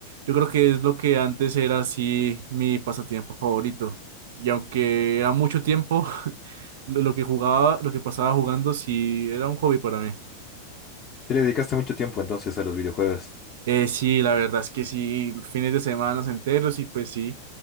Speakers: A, on the right (about 55°); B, on the left (about 30°).
A: Yo creo que es lo que antes era así mi pasatiempo favorito. Y aunque era mucho tiempo, <laughs> lo lo que jugaba, lo que pasaba jugando, sí era un hobby para mí.
B: ¿Te le dedicaste mucho tiempo entonces a los videojuegos?
A: Eh, sí, la verdad es que sí, fines de semana enteros y pues sí.